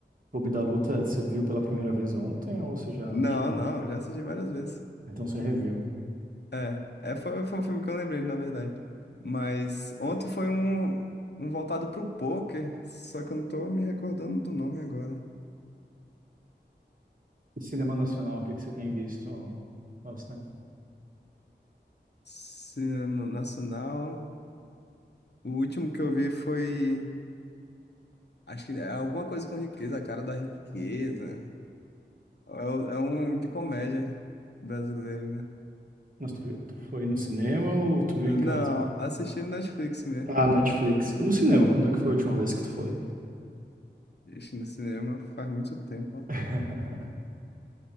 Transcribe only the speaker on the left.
Não,
não, já assisti várias vezes.
É, é foi, foi um filme que eu lembrei, na verdade. Mas ontem foi um, um voltado pro poker, só que eu não tô me recordando do nome agora.
Cinema Nacional. O último que eu vi foi Acho que é alguma coisa com riqueza, a cara da riqueza. É, o- é um de comédia brasileiro, né?
Não,
assistindo Netflix mesmo.
Assistindo cinema faz muito tempo.